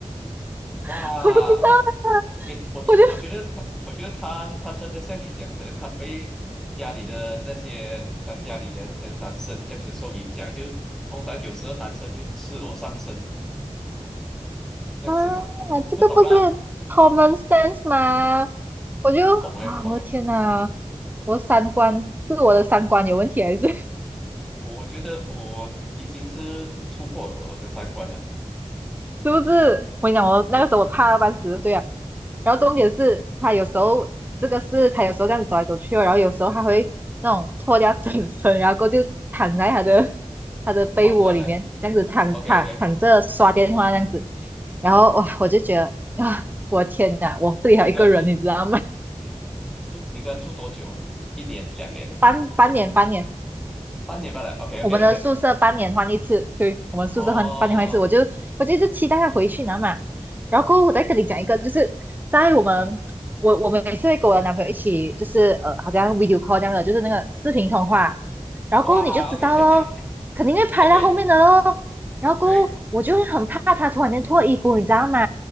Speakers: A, in the centre; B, on the right.
A: 哇，
B: <laughs> 我不知道啊，
A: 他，诶，我我觉得他，
B: 我就
A: 我觉得他，他真的像你讲，可能他被家里的那些他家里人，跟男生这样子受影响，就通常有时候男生就是赤裸上身这样子嘛，
B: 啊，
A: 我不懂不懂啦，
B: 这个不是 common sense 吗？我就哇，
A: 我不懂哎，不懂了，
B: 我的天哪，我三观是我的三观有问题还是？
A: 我我觉得我已经是突破了我的三观了，
B: 是不是？我跟你讲，我那个时候我怕到半死，
A: 对对
B: 对啊。然后重点是，他有时候这个是他有时候这样走来走去哦然后有时候他会那种脱掉整身，
A: 啊，
B: 然后过后就躺在他的他的被窝里面，
A: 床上面
B: 这样子躺躺躺着刷电话这样子。
A: ，OK OK，
B: 然后哇，我就觉得啊，我天哪，我这里还有一个人，
A: 你跟他住，
B: 你知道吗？
A: 你你你住你跟他住多久？一年两年，
B: <laughs> 半半年半年，
A: 半年半了，OK
B: 我们的宿舍半年换一次，
A: OK，
B: 对我们宿舍换半年换一次，
A: <laughs> 哦，
B: 我就我就一直期待他回去拿嘛。然后过后我再跟你讲一个，就是在我们我我们每次会跟我的男朋友一起，
A: 嗯哼，
B: 就是呃好像 video call 这样的，就是那个视频通话。然后过后你就知道咯，
A: 哇，OK <laughs>。
B: 肯定会拍到后面的咯。
A: OK，
B: 然后过后我就会很怕他突然间脱衣服，
A: 对
B: 你知道吗？